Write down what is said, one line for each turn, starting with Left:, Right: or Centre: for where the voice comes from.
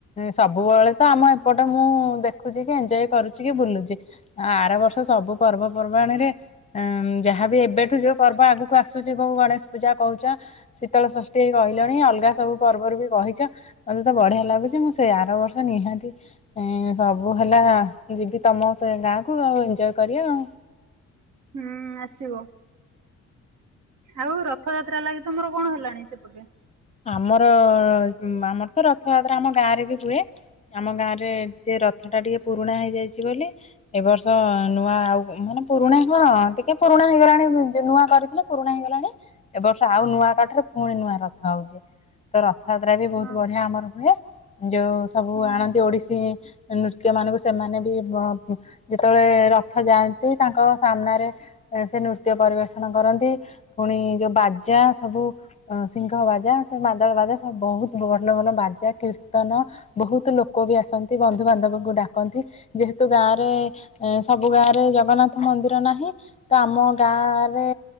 Left: ସବୁବେଳେ ତ ଆମ ଏପଟେ ମୁଁ ଦେଖୁଛି କି ଏଞ୍ଜୟ୍ କରୁଛି କି ବୁଲୁଛି। ଆ ଆର ବର୍ଷ ସବୁ ପର୍ବପର୍ବାଣିରେ ଉଁ ଯାହାବି ଏବେଠୁ ଯୋଉ ପର୍ବ ଆଗକୁ ଆସୁଛି କୋଉ ଗଣେଶ ପୂଜା କହୁଛ। ଶୀତଳ ଷଷ୍ଠୀ ଏଇ କହିଲଣି ଅଲଗା ସବୁ ପର୍ବରୁ ବି କହିଛ। ମତେ ତ ବଢିଆ ଲାଗୁଛି ମୁଁ ସେଇ ଆର ବର୍ଷ ନିହାତି ଏଁ ସବୁ ହେଲା ଯିବି ତମ ସେ ଗାଁକୁୁ ଆଉ ଏଞ୍ଜୟ୍ କରିବା ଆଉ।
Right: ହୁଁ ଆସିବ। ଆଉ ରଥଯାତ୍ରା ଲାଗି ତମର କଣ ହେଲାଣି ସେପଟେ?
Left: ଆମର ଆମର ତ ରଥଯାତ୍ରା ଆମ ଗାଁ ରେ ବି ହୁଏ। ଆମ ଗାଁରେ <unintelligible> ରଥଟା ଟିକେ ପୁରୁଣା ହେଇଯାଇଛି ବୋଲି ଏ ବର୍ଷ ନୂଆ ଆଉ ମାନେ ପୁରୁଣା ହଁ ଟିକେ ପୁରୁଣା ହେଇଗଲାଣି ନୂଆ କରିଥିଲେ। ପୁରୁଣା ହେଇଗଲାଣି ଏବର୍ଷ ଆଉ ନୂଆ କାଠରେ ଫୁଣି ନୂଆ ର ଖାଉଛି, ତ ରଥଯାତ୍ରାବି ବହୁତ
Right: ହଁ
Left: ବଢିଆ ଆମର ହୁଏ, ଯୋଉ ସବୁ
Right: ହୁଁ
Left: ଆଣନ୍ତି
Right: ହୁଁ
Left: ଓଡ଼ିଶୀ। ନୃତ୍ୟ ମାନଙ୍କୁ ସେମାନେ ବି <unintelligible> ଯେତେବେଳେ ରଥ ଯାଆନ୍ତି ତାଙ୍କ ସାମ୍ନାରେ ସେ ନୃତ୍ୟ ପରିବେଷଣ କରନ୍ତି, ପୁଣି ଯୋଉ ବାଜା ସବୁ ସିଂହ ବାଜା, ସେ ମାଦାଳ ବାଜା, ସବୁ ବହୁତ ଭଲ ଭଲ ବାଜା କୀର୍ତ୍ତନ ବହୁତ ଲୋକ ବି ଆସନ୍ତି ବନ୍ଧୁ ବାନ୍ଧବକୁ ଡାକନ୍ତି, ଯେହେତୁ ଗାଁରେ ଏ ସବୁ ଗାଁରେ ଜଗନ୍ନାଥ ମନ୍ଦିର ନାହିଁ। ତ ଆମ ଗାଁରେ